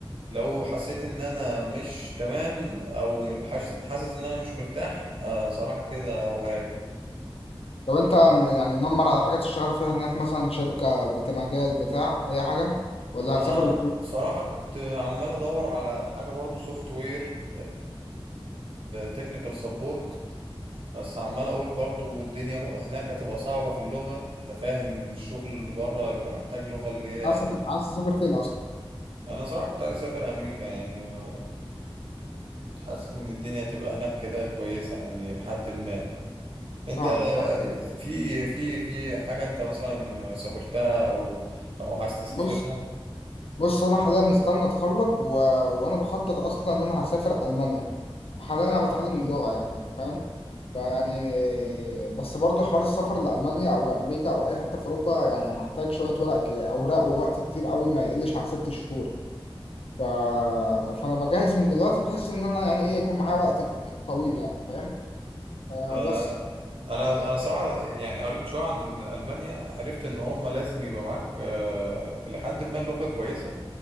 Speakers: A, on the right; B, on the left.
A: لو حسيت ان انا مش تمام او م- حاسس حاسس ان انا مش مرتاح آه صراحة كده هروح اراجع
B: لو انت م- يعني منمر على حاجه تشتغل فيها هناك مثلا شركه بتاع مجال بتاع اي حاجه ولا
A: انا
B: هتسافر وت-
A: صراحة كنت عمال ادور على حاجة برضو سوفت وير تكنيكال سبورت بس عمال اقول برضو الدنيا ب- هناك هتبقى صعبة في اللغة انت فاهم ان الشغل اللي بره يبقى محتاج لغة اللي هي
B: عايز تسافر عايز تسافر فين اصلا
A: انا صراحة كنت عايز اسافر امريكا يعني آه، حاسس ان الدنيا هتبقى هناك كده كويسة يعني لحد ما انت
B: فاهمك فاهم
A: في في في حاجة انت مثلا سافرتها او او عايز تسافرها
B: بص بص انا حاليا مستني اتخرج و... وانا بخطط اصلا ان انا هسافر المانيا حاليا انا بتعلم اللغه يعني فاهم فيعني بس برضه حوار السفر لألمانيا أو لأمريكا أو أي حتة في أوروبا يعني محتاج شوية ورق كده- أوراق ووقت كتير قوي ما يقلش عن ست شهور ف... فانا بجهز من دلوقتي بحيث ان انا يعني ايه يكون معايا وقت طويل يعني فاهم آه
A: آه،
B: بس
A: انا انا صراحة يعني قريت شوية عن ألمانيا عرفت ان هم لازم يبقى معاك آه، لحد ما اللغة كويسة